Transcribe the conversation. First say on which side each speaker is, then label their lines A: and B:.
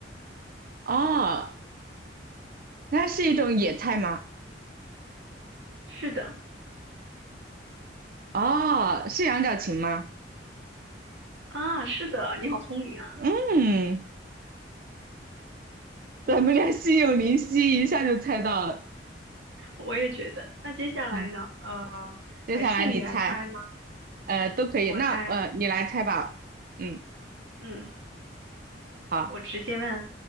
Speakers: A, on the right (about 50°); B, on the right (about 85°).
A: 哦，那是一种野菜吗？
B: 是的，
A: 哦，是羊角芹吗？
B: 啊，是的，你好聪明啊，
A: 嗯，咱们俩心有灵犀，一下就猜到了。
B: 我也觉得。那接下来呢？
A: 嗯，
B: 呃，
A: 接下来你猜，
B: 还是你来猜吗？
A: 呃，都可以。
B: 我猜，
A: 那呃，你来猜吧。嗯，
B: 嗯，
A: 好，
B: 我直接问，